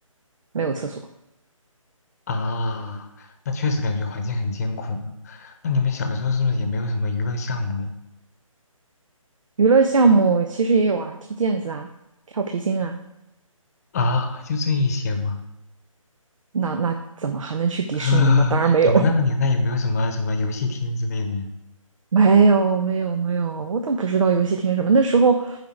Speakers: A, on the right (about 65°); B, on the left (about 30°).
A: 没有厕所。
B: 啊，那确实感觉环境很艰苦呢。那你们小时候是不是也没有什么娱乐项目呀？
A: 娱乐项目其实也有啊，踢毽子啊，跳皮筋啊，
B: 啊，就这一些吗？
A: 那那怎么还能去迪士尼吗？
B: <laughs> 啊，
A: 当然没有。
B: 你们那个年代有没有什么什么游戏厅之类的呀？
A: 没有没有没有，我都不知道游戏厅是什么。那时候